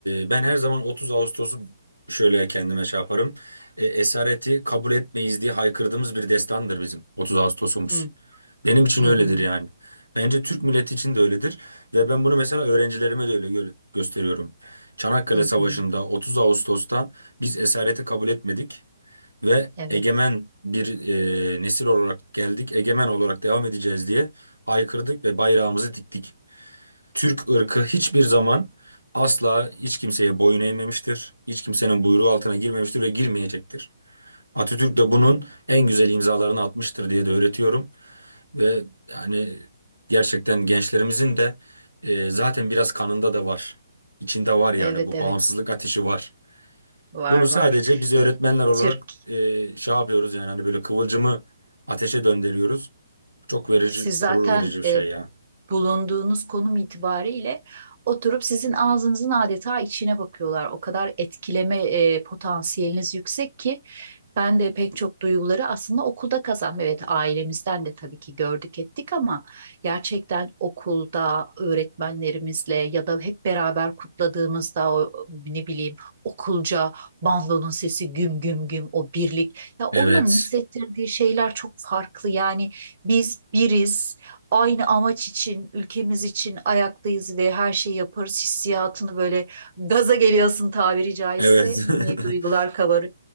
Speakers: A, on the right (about 85°); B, on the right (about 40°).
A: Ee, ben her zaman 30 Ağustos'u şöyle kendime şey yaparım. E, esareti kabul etmeyiz diye haykırdığımız bir destandır bizim 30 Ağustos'umuz.
B: Hı
A: Benim için
B: hı hı.
A: öyledir yani. Bence Türk milleti için de öyledir ve ben bunu mesela öğrencilerime de öyle gö- gösteriyorum. Çanakkale
B: Hı
A: Savaşı'nda
B: hı.
A: 30 Ağustos'ta biz esareti kabul etmedik ve
B: Evet.
A: egemen bir e, nesil olarak geldik, egemen olarak devam edeceğiz diye haykırdık ve bayrağımızı diktik. Türk ırkı hiçbir zaman asla hiç kimseye boyun eğmemiştir. Hiç kimsenin buyruğu altına girmemiştir ve girmeyecektir. Atatürk de bunun
B: Evet
A: en güzel imzalarını atmıştır diye de öğretiyorum. Ve yani gerçekten gençlerimizin de e, zaten biraz kanında da var. İçinde var yani
B: evet
A: bu
B: evet
A: bağımsızlık ateşi var.
B: var
A: Bunu
B: var.
A: sadece biz öğretmenler
B: E,
A: olarak
B: Türk
A: e, şey yapıyoruz yani hani böyle kıvılcımı ateşe döndürüyoruz. Çok verici,
B: Siz zaten
A: gurur verici bir şey
B: e,
A: ya.
B: bulunduğunuz konum itibariyle oturup sizin ağzınızın adeta içine bakıyorlar. O kadar etkileme e, potansiyeliniz yüksek ki ben de pek çok duyguları aslında okulda kazandım. Evet ailemizden de tabii ki gördük ettik ama gerçekten okulda öğretmenlerimizle ya da hep beraber kutladığımızda o ne bileyim okulca bandonun sesi güm güm güm o birlik ya onların
A: Evet,
B: hissettirdiği şeyler çok farklı yani biz biriz, aynı amaç için, ülkemiz için ayaktayız ve her şeyi yaparız hissiyatını böyle gaza geliyorsun tabiri caizse
A: evet.
B: milli
A: <laughs>
B: duygular kabarır.